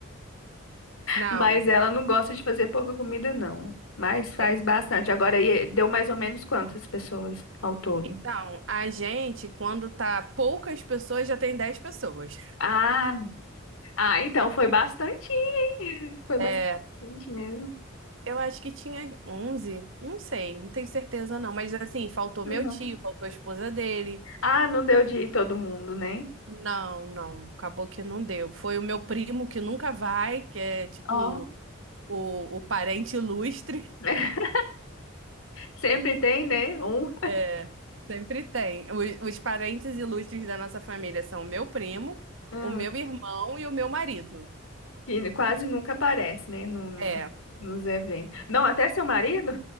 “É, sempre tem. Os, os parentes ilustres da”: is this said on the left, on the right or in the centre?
Right